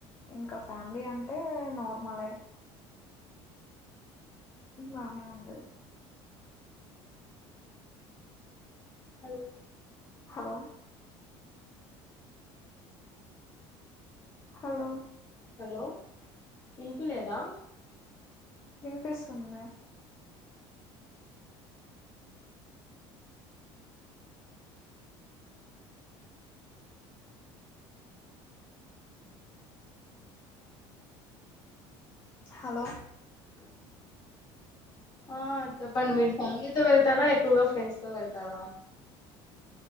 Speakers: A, on the left; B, on the left.
A: ఇంకా ఫ్యామిలీ అంటే నార్మలే బానే ఉంటది
B: హలో
A: హలో హలో
B: హలో ఇనిపియి లేదా
A: వినిపిస్తుంది మే హలో
B: ఆ చెప్పండి మీరు ఫ్యామిలీతో వెళ్తారా ఎక్కువగా ఫ్రెండ్స్ తో వెళ్తారా